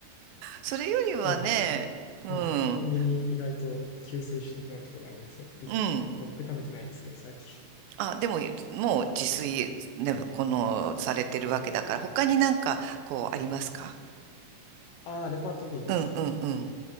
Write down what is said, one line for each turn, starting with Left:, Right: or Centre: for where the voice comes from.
Right: それよりはね、
Left: なんで結構、
Right: うん。
Left: はい、コンビニ意外と救世主的なところありますよ、ピザ。
Right: うん。
Left: 僕食べてないんですけど、最近。
Right: あ、でも、もう自炊、ね、この、されてるわけだから、
Left: はい。
Right: 他になんか、こう、ありますか
Left: ああ、レパートリーですか。
Right: うんうんうん。